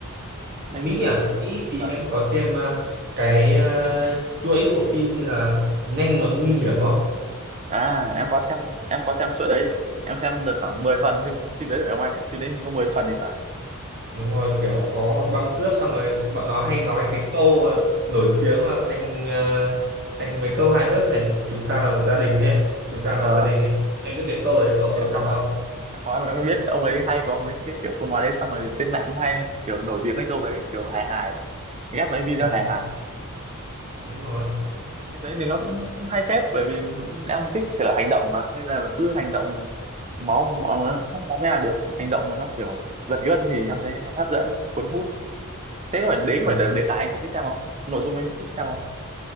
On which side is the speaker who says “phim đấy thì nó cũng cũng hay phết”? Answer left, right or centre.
Right